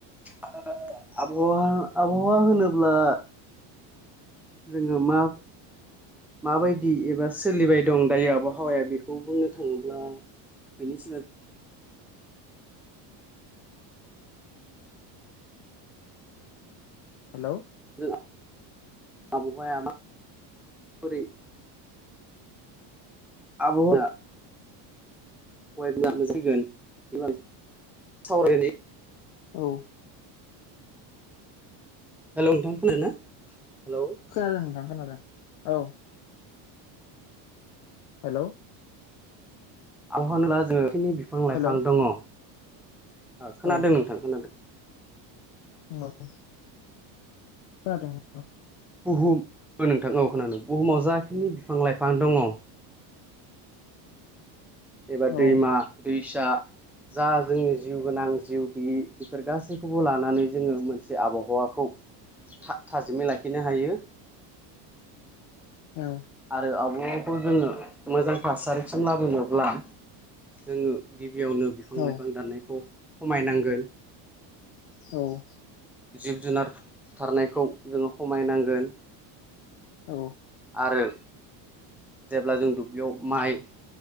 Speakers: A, in the centre; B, on the left.
A: आबहावा आबहावा आबहावा होनोब्ला जोङो मा मा बायदि एबा सोलिबाय दं दायो आबहावाया बेखौ बुंनो थाङोब्ला बेनि सिगां
B: हेल'।
A: जों आबहावाया माबोरै आबहावाया <unintelligible> सावरायनि
B: औ
A: हेल' नोंथां खोनादोंना हेल'।
B: खोनादों नोंथां खोनादों औ। हेल'।
A: आबहावा होनोब्ला जोङो जेखिनि बिफां लाइफां
B: हेलौ
A: दङ खोनादों
B: औ
A: नोंथां खोनादों।
B: <unintelligible> खोनादों।
A: बुहुम खोनादों नोंथां खोनादों बुहुमाव जाखिनि बिफां-लाइफां दङ। एबा
B: औ
A: दैमा-दैसा जा जोंनि जिउ गोनां जिउ गैयि बेफोर गासैखौबो लानानै जोङो मोनसे आबहावाखौ थाजिमै लाखिनो हायो।
B: औ।
A: आरो आबहावाखौ जोङो मोजां थासारिसिम लाबोनोब्ला जोङो गिबियावनो बिफां
B: औ
A: लाइफां दाननायखौ खमायनांगोन।
B: औ
A: जिब जुनार फुथारनायखौ जोङो खमायनांगोन।
B: औ
A: आरो जेब्ला जों दुब्लियाव माइ